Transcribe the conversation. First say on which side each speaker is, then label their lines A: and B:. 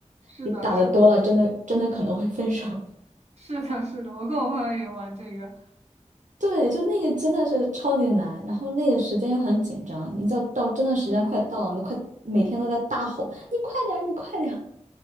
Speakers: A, on the right; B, on the right.
A: 是的，
B: 你打的多了，
A: 是的。
B: 真的真的可能会分手。
A: 是的，是的，我跟我朋友也玩这个。
B: 对，就那个真的是超级难，然后那个时间又很紧张，你到到真的时间快到了，你都快每天都在大吼，你快点儿，你快点儿。